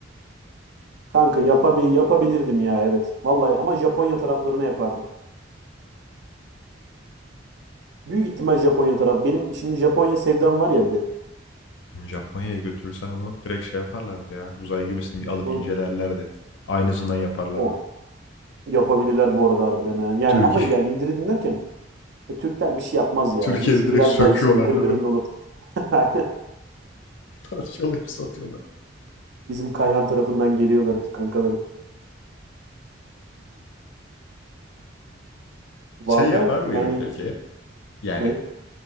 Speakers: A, on the right; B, on the left.
A: Kanka yapabil yapabilirdim ya evet. Vallahi ama Japonya taraflarına yapardım. Büyük ihtimal Japonya taraf. Benim şimdi Japonya sevdam var ya bir de.
B: Japonya'ya götürürsen onu direkt şey yaparlardı ya. Uzay gemisini bir alıp
A: Bu
B: incelerlerdi. Aynısından yaparlardı.
A: o yapabilirler bu arada harbiden ha. Yani
B: Türkiye
A: ama ya indirdin derken e, Türkler bir şey yapmaz
B: <laughs>
A: ya.
B: Türkiye'de
A: Biz
B: direkt
A: biraz
B: söküyorlardı
A: daha işin gırgırında
B: ve
A: olurduk. <laughs> Aynen.
B: <laughs> parçalayıp satıyorlar.
A: Bizim Kayhan tarafından geliyorlar kankalarım. Vallahi
B: Şey yapar mıydın
A: yani
B: peki? Yani
A: ne?